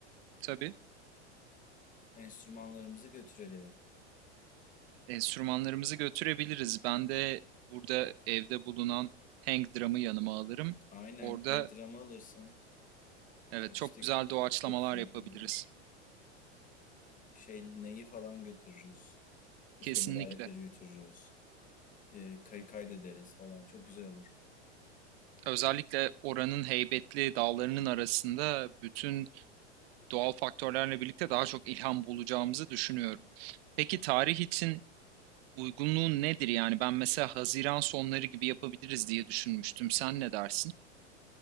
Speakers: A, on the right; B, on the left.
A: Tabii
B: Enstrümanlarımızı götürelim.
A: enstrümanlarımızı götürebiliriz. Ben de burada evde bulunan hang drum'ı yanıma alırım.
B: Aynen.
A: Orada
B: Hang drum'ı alırsın.
A: Evet,
B: Akustik
A: çok güzel doğaçlamalar
B: götürür.
A: yapabiliriz.
B: Şey, neyi falan götürürüz.
A: Kesinlikle.
B: Üflemeli aletleri götürürüz. Ee, kay kaydederiz falan. Çok güzel olur.
A: Özellikle oranın heybetli dağlarının arasında bütün doğal faktörlerle birlikte daha çok ilham bulacağımızı düşünüyorum. Peki tarih için uygunluğu nedir? Yani ben mesela Haziran sonları gibi yapabiliriz diye düşünmüştüm. Sen ne dersin?